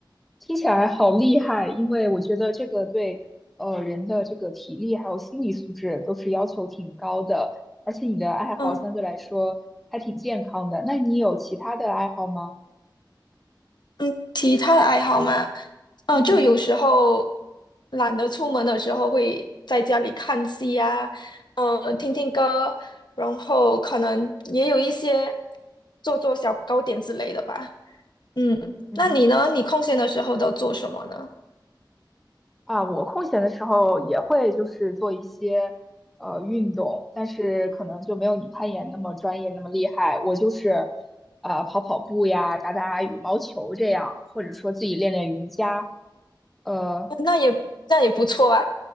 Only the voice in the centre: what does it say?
听起来好厉害，因为我觉得这个对呃人的这个体力还有心理素质都是要求挺高的，而且你的爱好相对来说还挺健康的。
那你有其他的爱好吗？
嗯
嗯。
啊，我空闲的时候也会就是做一些呃运动，但是可能就没有你攀岩那么专业那么厉害。我就是呃跑跑步呀，打打羽毛球这样，或者说自己练练瑜伽。呃，